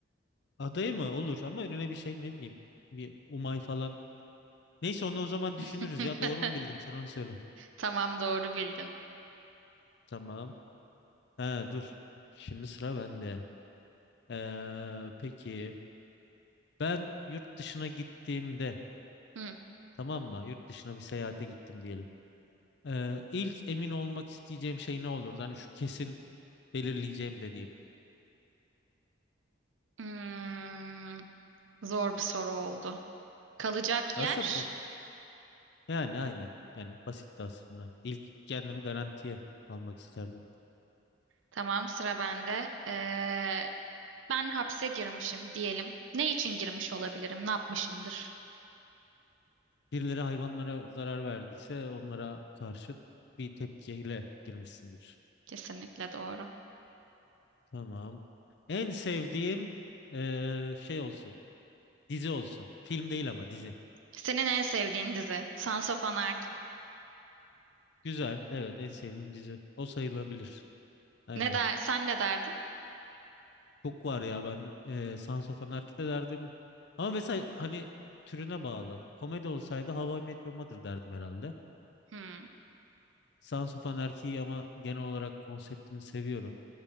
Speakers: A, on the left (about 60°); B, on the right (about 85°).
A: Adaya mı? Olur ama önüne bir şey ne bileyim. Bir Umay falan. Neyse onu o zaman
B: <laughs>
A: düşünürüz ya. Doğru mu bildim? Sen onu söyle.
B: Tamam doğru bildin.
A: Tamam. He dur. Şimdi sıra bende. Ee, peki ben yurt dışına gittiğimde
B: Hı.
A: tamam mı? Yurt dışına bir seyahate gittim diyelim. Ee, ilk emin olmak isteyeceğim şey ne olurdu? Hani şu kesin belirleyeceğim dediğim.
B: Hmm, zor bir soru oldu. Kalacak
A: Aslında
B: yer
A: ba- yani aynı. Yani basit de aslında. İlk kendimi garantiye almak isterdim.
B: Tamam sıra bende. Ee, ben hapse girmişim diyelim. Ne için girmiş olabilirim? Ne yapmışımdır?
A: birileri hayvanlara zarar verdiyse onlara karşı bir tepkiyle girmişsindir.
B: Kesinlikle doğru.
A: Tamam. En sevdiğim eee, şey olsun. Dizi olsun. Film değil ama dizi.
B: Senin en sevdiğin dizi Sons of Anarchy.
A: Güzel. Evet en sevdiğim dizi. O sayılabilir. Aynen.
B: Ne der, sen ne derdin?
A: Çok var ya ben eee Sons of Anarchy'de derdim. Ama mesela hani türüne bağlı. Komedi olsaydı How I Met Your Mother derdim herhalde.
B: Hmm.
A: Sons of Anarchy'yi ama genel olarak konseptini seviyorum.